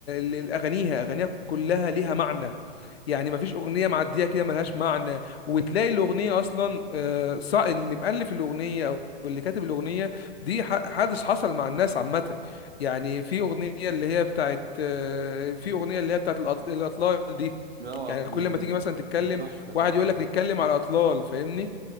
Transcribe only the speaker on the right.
اه
دي
دي تحفه
طبعا